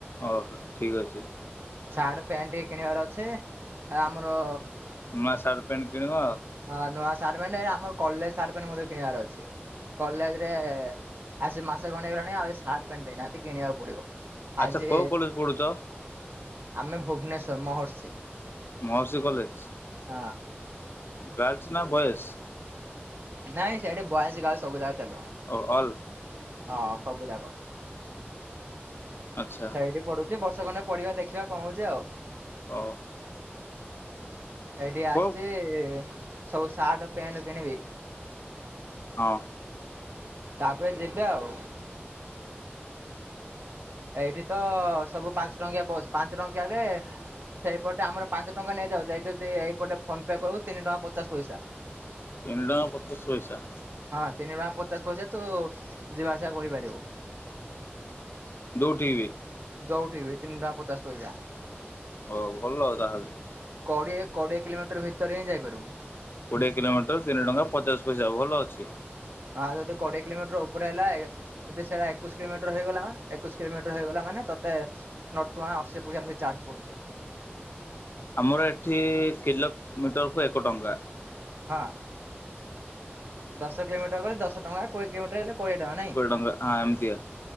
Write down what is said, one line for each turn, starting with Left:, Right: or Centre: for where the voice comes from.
Left: ଓହୋ, ଠିକ୍ ଅଛି।
Right: ସାର୍ଟ, ପ୍ୟାଣ୍ଟ ଟିକେ କିଣିବାର ଅଛେ। ଏ ଆମର
Left: ନୂଆ ସାର୍ଟ, ପ୍ୟାଣ୍ଟ କିଣିବ?
Right: ହଁ, ନୂଆ ସାର୍ଟ, ପ୍ୟାଣ୍ଟ ଆମର କଲେଜ ସାର୍ଟ, ପେଣ୍ଟ ମଧ୍ୟ କିଣିବାର ଅଛି। କଲେଜରେ ଆସି ମାସେ ଖଣ୍ଡେ ହେଇଗଲାଣି ଆହୁରି ସାର୍ଟ, ପେଣ୍ଟ ଦେଇନାହାନ୍ତି କିଣିବାକୁ ପଡିବ।
Left: ଆଚ୍ଛା
Right: ଆଜି
Left: କୋଉ କଲେଜ ପଢୁଛ
Right: ଆମେ ଭୁବନେଶ୍ଵର ମହର୍ଷି
Left: ମଉର୍ଷି କଲେଜ,
Right: ହଁ
Left: ଗାର୍ଲସ ନା ବଏଜ?
Right: ନାଇଁ ସେଠି ବଏଜ ଗାଲସ ସବୁ ଯାଗ ଚାଲେ।
Left: ଓ ଅଲ୍?
Right: ହଁ, ସବୁଯାକ।
Left: ଆଚ୍ଛା
Right: ସେଇଠ ପଢୁ ବର୍ଷେ ଖଣ୍ଡେ ପଢ଼ିବା ଦେଖିବା କଣ ହଉଚି ଆଉ।
Left: ହଉ।
Right: ଏଇଠି ଆସଚି
Left: କୋଉ
Right: ସବୁ ସାର୍ଟ, ପ୍ୟାଣ୍ଟ କିଣିବି।
Left: ହଁ।
Right: ତାପରେ ଯିବି ଆଉ। ଏଇଠି ତ ସବୁ ପାଞ୍ଚ ଟଙ୍କିଆ ବସ୍। ପାଞ୍ଚ ଟଙ୍କିଆ ରେ ସେଇପଟେ ଆମର ପାଞ୍ଚ ଟଙ୍କା ନିଆଯାଉଚି। ଏଇ ଯଦି ଏଇପଟେ ଫୋନ ପେ କରିବୁ ତିନିଟଙ୍କା ପଚାଶ ପଇସା।
Left: ତିିନ ଟଙ୍କା ପଚାଶ ପଇସା?
Right: ହଁ, ତିନି ଟଙ୍କା ପଚାଶ ପଇସା ତୁ ଯିବା ଆସିବା କରିପାରିବୁ।
Left: ଯଉଠିବି?
Right: ଯଉଠିବି ତିନି ଟଙ୍କା ପଚାଶ ପଇସା।
Left: ହଉ, ଭଲ ତାହେଲେ।
Right: କଡ଼ିଏ କୋଡ଼ିଏ କିଲୋମିଟର ଭିତରେ ହିଁ ଯାଇପାରିବୁ।
Left: କୋଡ଼ିଏ କିଲୋମିଟର ତିନି ଟଙ୍କା ପଚାଶ ପଇସା ଭଲ ଅଛି।
Right: ହଁ, ଆଉ କୋଡ଼ିଏ କିିଲୋମିଟର ଉପରେ ହେଲା ଯଦି ସେଇଟା ଏକୋଇଶ କିଲୋମିଟର ହେଇଗଲା, ଏକୋଇଶ କିଲୋମିଟର ହେଇଗଲା ମାନେ ତତେ ନଟଙ୍କା ଅଶୀ ପଇସା ନେଇ ଚାର୍ଜ ପଡୁଛି।
Left: ଆମର ଏଠି କିଲଫ୍ ମିଟରକୁ ଏକ ଟଙ୍କା।
Right: ହଁ ଦଶ କିଲୋମିଟର ଗଲେ ଦଶ ଟଙ୍କା କୋଡିଏ କିଲୋମିଟର ହେଲେ କୋଡିଏ ଟଙ୍କା ନାଇଁ?
Left: କୋଡ଼ିଏ ଟଙ୍କା ହଁ ଏମିତିଆ